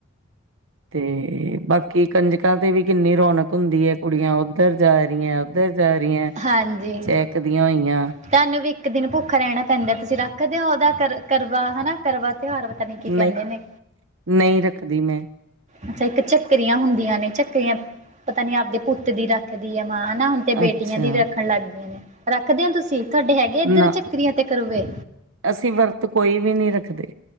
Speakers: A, on the right; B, on the right.
A: ਤੇ ਬਾਕੀ ਕੰਜਕਾਂ ਤੇ ਵੀ ਕਿੰਨੀ ਰੌਣਕ ਹੁੰਦੀ ਏ ਕੁੜੀਆਂ ਔਦਰ ਜਾ ਰੀਐਂ ਜਾ ਰਹੀਆਂ
B: ਹਾਂਜੀ
A: ਚੈਕਦੀਆਂ ਹੋਈਆਂ
B: ਤੁਹਾਨੂੰ ਵੀ ਇੱਕ ਦਿਨ ਭੁੱਖਾ ਰਹਿਣਾ ਪੈਂਦਾ ਤੁਸੀਂ ਰੱਖਦੇ ਹੋ ਉਹਦਾ ਕਰ ਕਰਵਾ ਹਨਾ ਕਰਵਾ ਤਿਉਹਾਰ ਪਤਾ ਨੀ ਕੀ ਕਹਿੰਦੇ
A: ਨਹੀਂ
B: ਨੇ
A: ਨਹੀਂ ਰੱਖਦੀ ਮੈਂ
B: ਅੱਛਾ ਇੱਕ ਝੱਕਰੀਆਂ ਹੁੰਦੀਆਂ ਨੇ ਝੱਕਰੀਆਂ ਪਤਾ ਨੀ ਆਪਦੇ ਪੁੱਤ ਦੀ ਰੱਖਦੀ ਹੈ ਮਾਂ ਹਨਾ ਹ ਤੇ ਬੇਟੀਆਂ
A: ਅੱਛਾ
B: ਦੀ ਵੀ ਰੱਖਣ ਲੱਗ ਗਈਆਂ ਨੇ ਰੱਖਦੇ ਹੋ ਤੁਸੀਂ ਤੁਹਾਡੇ ਹੈਗੇ ਇੱਧਰ
A: ਨਾ
B: ਚੱਕਰੀਆਂ ਤੇ ਕਰੋਵੇ
A: ਅਸੀਂ ਵਰਤ ਕੋਈ ਵੀ ਨਹੀਂ ਰੱਖਦੇ